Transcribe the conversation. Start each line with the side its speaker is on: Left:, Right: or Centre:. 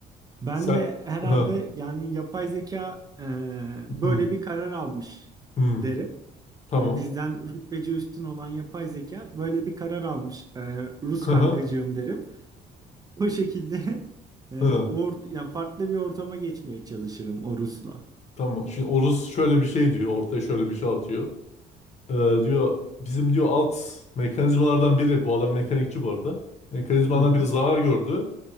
Right: Ben
Left: Sen
Right: de herhalde
Left: Hı,
Right: yani yapay zeka e,
Left: hı,
Right: böyle bir karar almış
Left: hı,
Right: derim.
Left: tamam.
Right: Hani bizden rütbeci üstün olan yapay zeka böyle bir karar almış. E, Rus
Left: <laughs>
Right: kankacığım derim. O şekilde <laughs> e,
Left: Hı,
Right: ort ya farklı bir ortama geçmeye çalışırım o Rus'la.
Left: tamam. Şimdi Oruz şöyle bir şey diyor. Ortaya şöyle bir şey atıyor. Ee, diyor bizim diyor alt mekanizmalardan biri bu adam mekanikçi bu arada. Mekanizmalardan
Right: Hı hı.
Left: biri zarar gördü.